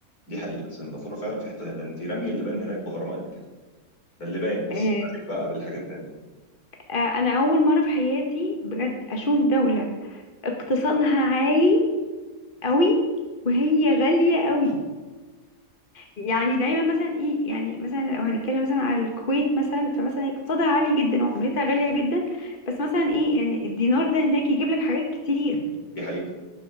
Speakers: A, on the left; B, on the left.
A: دي حقيقه سنغافوره فعلا في حته تانية، ده انت رمي اللبان هناك بغرامه قد كده ده اللبان بس
B: آه،
A: عليك بقى بالحاجات التانية
B: آه، انا اول مره في حياتي بجد اشوف دوله اقتصادها عالي قوي وهي غاليه قوي يعني دايما مثلا ايه يعني مثلا لو هنتكلم مثلا على الكويت مثلا فمثلا اقتصادها عالي جدا وعملتها غاليه جدا بس مثلا ايه يعني الدينار ده هناك يجيب لك حاجات كتير
A: دي حقيقه